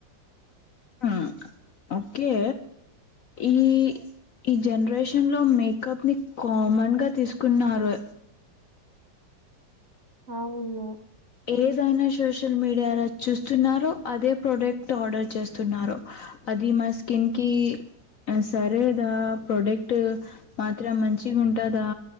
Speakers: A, on the right; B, on the left.
A: <inaudible>
B: మ్మ్ ఓకే ఈ ఈ జనరేషన్ లో మేకప్ ని కామన్ గా తీసుకున్నారు.
A: <inaudible> అవును
B: ఏదైనా సోషల్ మీడియాలో చూస్తున్నారో అదే ప్రోడక్ట్ ఆర్డర్ చేస్తున్నారో అది మా స్కిన్కి అ సరేదా ప్రొడక్ట్ మాత్రం మంచిగా ఉంటదా